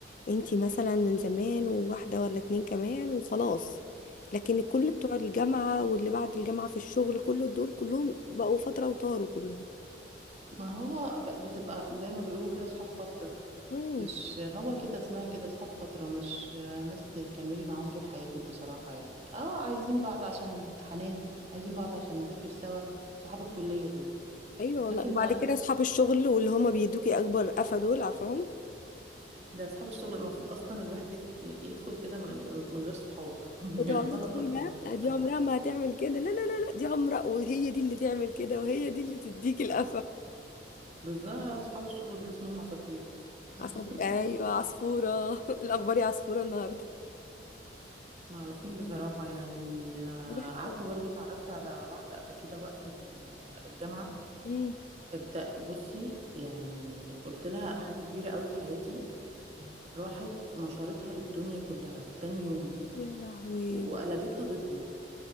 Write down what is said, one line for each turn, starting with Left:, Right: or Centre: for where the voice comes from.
Left: انتي مثلا من زمان وواحده ولا اتنين كمان وخلاص لكن الكل بتوع الجامعه واللي بعد الجامعه في الشغل كل دول كلهم بقوا فتره وطاروا كلهم
Right: ما هو ب- بتبقى زي ما بيقولوا كده اصحاب فترة
Left: امم
Right: مش هو كده اسمها كده اصحاب فترة مش ناس تكملي معاهم طول حياتك بصراحة يعني اه عايزين بعض عشان الامتحانات عايزين بعض عشان نذاكر سوا صحاب الكلية دول
Left: ايوه والله
Right: لكن
Left: وبعد كده اصحاب الشغل واللي هما بيدوكي اكبر قفا دول عارفاهم
Right: ده اصحاب الشغل المفروض اصلا الواحد يت- يدخل كده من من غير صحاب <laughs>
Left: وتقعدي
Right: غلط
Left: تقولي
Right: اصلا يعني
Left: لا
Right: صاحب
Left: دي عمرها
Right: حد
Left: ما هتعمل كده لا لا لا لا دي عمرها وهي دي اللي تعمل كده وهي دي اللي تديكي القفا
Right: بالذات اصحاب الشغل دول اسمهم عصافير <laughs>
Left: عصف... ايوه عصفورة <laughs> الاخبار يا عصفورة النهاردة
Right: معروفين بصراحة يعني آه،
Left: أنا بحس
Right: عارفة برضو اتعرفت على واحدة قبل كده وقت ال- الجامعة
Left: امم
Right: صدق بصي يعني قلت لها حاجة كبيرة قوي في حياتي راحت نشرتها للدنيا كلها تاني يوم
Left: يا لهوي
Right: و- وقلبتها ضدي